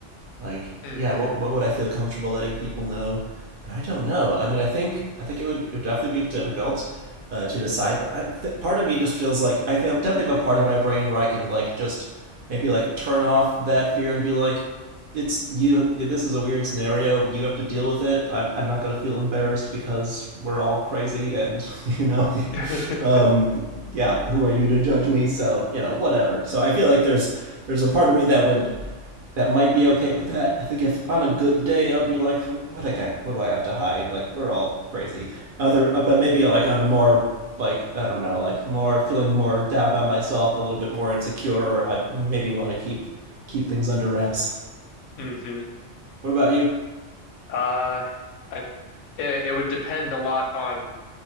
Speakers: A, on the right; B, on the left.
A: like
B: hmm
A: yeah what, what would i feel comfortable letting people know and i don't know i mean i think i think it would, be, it would definitely be difficult uh, to decide but I, th- part of me just feels like i feel, definitely have a part of my brain where i can like just maybe like turn off that fear and be like it's you this is a weird scenario you have to deal with it i'm, I'm not going to feel embarrassed because we're all crazy and you know
B: <laughs>
A: <laughs> um yeah who are you to judge me so you know whatever so i feel like there's there's a part of me that would that might be okay with that. I think if on a good day, I'd be like, what I got, what do I have to hide? Like we're all crazy. Other, uh, but maybe like on a more like I don't know, like more feeling more down on myself, or a little bit more insecure. I maybe want to keep keep things under wraps.
B: hmm
A: What about you?
B: Uh, I, it, it would depend a lot on